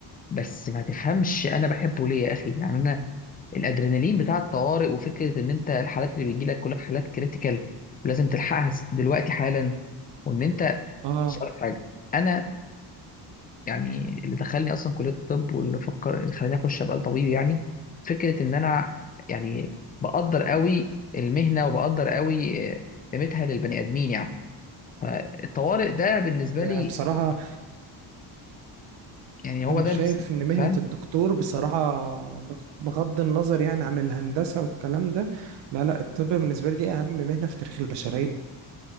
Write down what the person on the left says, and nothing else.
بس ما تفهمش انا بحبه ليه يا اخي يعني انا الادرينالين بتاع الطوارئ وفكره ان انت الحالات اللي بيجي لك كلها حالات كريتيكال ولازم تلحقها دلوقتي حالا وان انت
مش هقولك حاجه انا يعني اللي دخلني اصلا كليه الطب واللي فكر اللي خلاني اخش ابقى طبيب يعني فكره ان انا يعني بقدر قوي المهنه وبقدر قوي آه، قيمتها للبني ادمين يعني فالطوارئ ده بالنسبه
لي
يعني هو
ده
الس-
فاهم